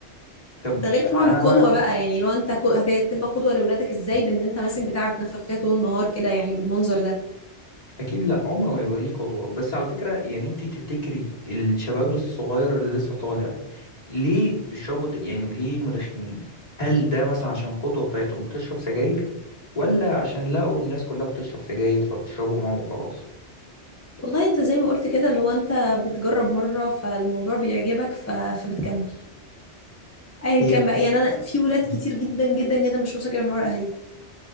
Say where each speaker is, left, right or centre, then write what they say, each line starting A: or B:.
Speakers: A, on the left; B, on the left.
A: طب
B: ده غير طبعا
A: انا
B: القدوة
A: بقى
B: بقى يعني لو انت كو- هتبقى قدوة لأولادك ازاي بان انت ماسك بتاع بتنفخ فيها طول النهار كده يعني بالمنظر ده
A: اكيد لا عمره ما يبقى ليه قدوه بس على فكره يعني انت تفتكري الشباب الصغير اللي لسه طالع ليه بيشربوا ت- يعني ليه مدخنين هل ده مثلا عشان القدوه بتاعتهم بتشرب سجاير ولا عشان لقوا الناس كلها بتشرب سجاير فبيشربوا معاهم وخلاص
B: والله انت زي ما قلت كده اللي هو انت بتجرب مرة فالموضوع بيعجبك ف... فبتكمل ايا
A: هي
B: كان بقى يعني انا في ولاد
A: مم.
B: كتير جدا جدا جدا مش واثقة من ورا اهاليها